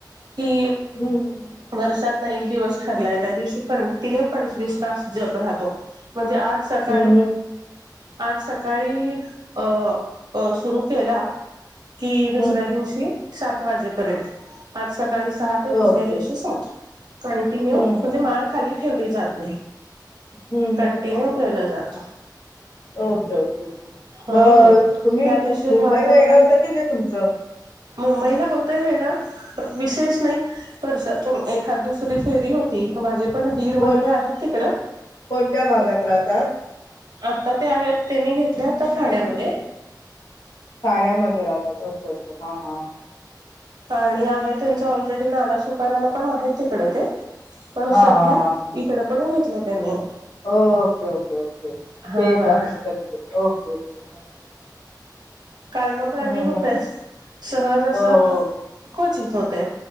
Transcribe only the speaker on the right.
की
वर्षात एक दिवस ठरलाय त्या दिवशी कंटिन्यू पंचवीस तास जप राहतो म्हणजे आज सकाळी
आज सकाळी अं सुरू केला की दुसऱ्या
दिवशी सात वाजेपर्यंत आज सकाळी सहा ते दुसऱ्या
दिवशी सात कंटिन्यू
म्हणजे
माळ खाली ठेवली जात
कंटिन्यू
केलं जातं
हम्म
त्या
दिवशी एक
वातावरण
मुंबईला होतय हेड विशेष नाही पण वर्षातून एखाद दुसरी फेरी होती माझे पण धीर
वगैरे आहेत तिकड
आता ते आहेत त्यानी घेतल्या आता ठाण्यामध्ये
आणि आहे त्यांच ऑलरेडी नाला सुपऱ्याला पण आहे तिकडे ते पण
सध्या
इकड पण घेतलं त्याने
हा
कारणो कारणी
होतेच
सहजं अस
क्वचित होते